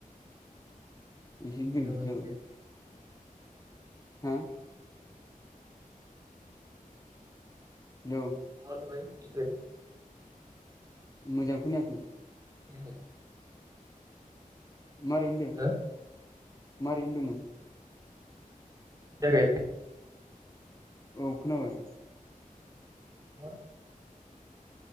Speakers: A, on the left (about 25°); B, on the right (about 25°).
A: <unintelligible>
B: खालामबाय नामा गिदिर
A: हा हेल'
B: ओमफाय बेसे
A: मोजां खोनाखै
B: <unintelligible>
A: मारै होनदों
B: हो
A: मारै होनदोंमोन
B: <unintelligible>
A: औ खोनाबाय
B: मा